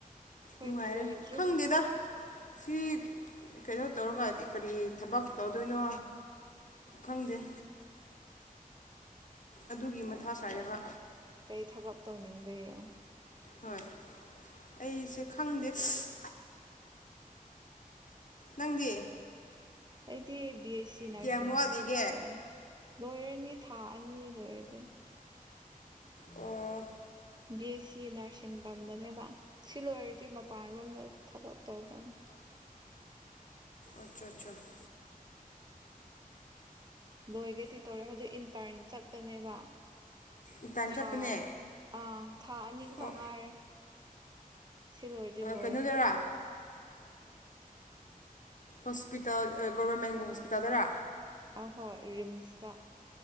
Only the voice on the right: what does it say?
ꯑꯩꯈꯣꯏꯗꯤ
ꯂꯣꯏꯗ꯭ꯔꯤ
ꯀꯩ ꯊꯕꯛ ꯇꯧꯅꯤꯡꯕꯔꯣ
ꯑꯩꯗꯤ ꯕꯤ ꯑꯦꯁ ꯁꯤ ꯅꯔꯁꯤꯡ
ꯇꯧ ꯂꯣꯏꯔꯅꯤ ꯊꯥ ꯑꯅꯤ ꯂꯣꯏꯔꯗꯤ
ꯕꯤ ꯑꯦꯁ ꯁꯤ ꯅꯔꯁꯤꯡ ꯇꯝꯕꯅꯦꯕ ꯁꯤ ꯂꯣꯏꯔꯗꯤ ꯃꯄꯥꯟꯔꯣꯝꯗ ꯊꯕꯛ ꯇꯧꯈ꯭ꯔꯅꯤ
ꯂꯣꯏꯒꯦꯗꯤ ꯇꯧꯔꯦ ꯍꯧꯖꯤꯛ ꯏꯟꯇꯔꯟ ꯆꯠꯄꯅꯦꯕ
ꯊꯥ
ꯑꯥ ꯊꯥ ꯑꯅꯤꯒꯈꯛ
ꯉꯥꯏꯔꯦ ꯁꯤ ꯂꯣꯏꯔꯗꯤ ꯂꯣꯏꯔꯦ
ꯑꯍꯣꯏ ꯔꯤꯝꯁꯇ